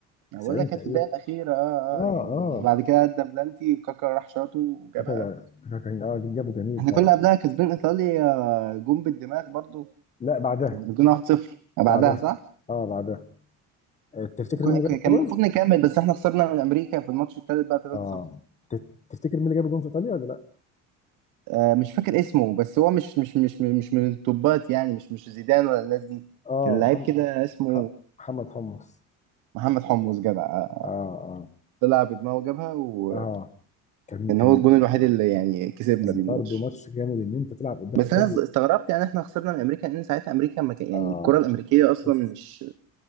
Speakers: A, on the right; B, on the left.
A: أنا
B: 90
A: بقول لك كانت
B: تقريبا
A: في الدقيقة الأخيرة اه
B: اه
A: اه يعني
B: اه
A: وبعد كده أدى بلانتي وكاكا راح شاطه وجابها
B: كاكا كاكا كان اه جابه جميل
A: احنا
B: فعلا
A: كنا قبلها كسبين إيطاليا آه، جون بالدماغ برضو
B: لا بعدها
A: كسبنا 1-0 بعدها
B: بعدها
A: صح؟
B: اه بعدها آه، تفتكر
A: وكان-
B: مين اللي جاب
A: كان
B: الجول؟
A: المفروض نكمل بس احنا خسرنا من أمريكا في الماتش التالت بقى 3-0
B: اه ت- تفتكر مين اللي جاب الجول في ايطاليا ولا لا؟
A: آه مش فاكر اسمه بس هو مش مش مش مش من التوبات يعني مش مش زيدان ولا الناس دي
B: اه
A: كان لعيب
B: محمد
A: كده اسمه
B: ح- محمد حمص
A: محمد حمص جدع آه،
B: اه اه
A: طلع بدماغه وجابها وكان
B: اه كان كان
A: هو الجون الوحيد اللي يعني كسبنا
B: كان
A: بيه الماتش
B: برضه ماتش جامد ان انت تلعب قدام
A: بس
B: ايطاليا
A: انا استغربت يعني احنا خسرنا من امريكا لان ساعتها امريكا ما كان يعني
B: اه
A: الكره الامريكيه اصلا
B: بص
A: مش